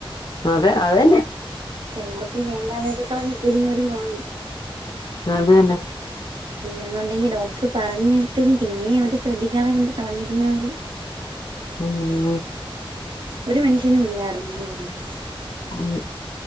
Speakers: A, on the left; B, on the right.
A: അതെ അതന്നെ
B: ചെലോർക്ക് വേണ്ടാതൊക്കെ കളഞ്ഞിട്ടിരിക്കുന്നവരും കാണും
A: അത് തന്നെ
B: ഇല്ലാന്നുണ്ടെങ്കി ഡോക്ടറ് പറഞ്ഞിട്ടും പിന്നേ അവര് ശ്രദ്ധിക്കാതെ കൊണ്ട് കളഞ്ഞിരുന്നത്
A: ആഹ്
B: ഒരു മനുഷ്യനും ഇല്ലാർന്നൂന്ന് പറഞ്ഞ്
A: ഉം